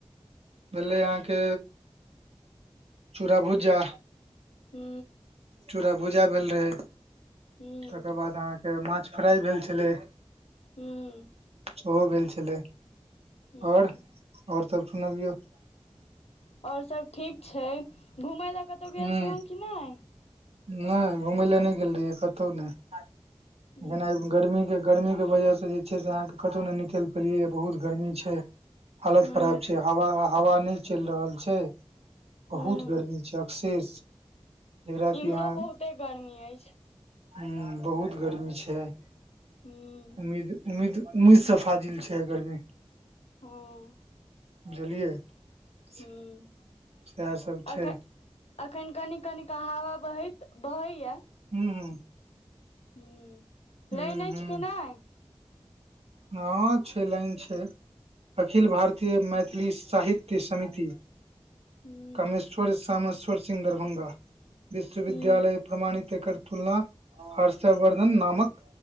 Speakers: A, on the right (about 75°); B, on the left (about 85°).
A: भेलै अहाँके चूरा भुजा।
B: हू
A: चूड़ा भुजा भेल रहै
B: हूँ
A: तकर बाद अहाँके माछ फ्राइ भेल छलै।
B: हूँ
A: ओहो भेल छलै
B: हूँ
A: आओर ओर सब सुनबियौ।
B: आओर सब ठीक छैय घुमय लए कतहु गेल
A: हूँ
B: छलहुँ कि नहि?
A: नहि घुमय लए नहि गेल रहियै कतहु नहि।
B: <inaudible>
A: भेनाइ गर्मीके गर्मीके वजहसँ जे छैय से अहाँके कतहु नहि निकलि पेलियैए बहुत गर्मी छैय। हालत
B: हूँ
A: खराब छैय हवा हवा नहि चलि रहल छैय
B: हूँ
A: बहुत गर्मी छैय। शेष जेकरा
B: इम्हरो
A: कि अहां
B: बहुते गर्मी अछि
A: हं बहुत गर्मी छैय।
B: हूँ
A: उम्मीद उम्मीद उमीद से फाजिल छैय आई गर्मी।
B: हँ
A: बुझलियै सैह
B: हूँ
A: सब
B: अखन
A: छैय।
B: अखन कनी कनिक हवा बहैत बहैया।
A: हू हू
B: हँ
A: हूं
B: लैन अछि
A: हूं
B: कि नहि?
A: हँ छैय लाइन छैय। अखिल भारतीये मैथिली साहित्य समिति।
B: हूँ
A: कामेश्वर श्यामेश्वर सिंह दरभङ्ंगा विश्वविद्यालय
B: हूँ
A: प्रमाणित एकर तुलना हर्षवर्धन नामक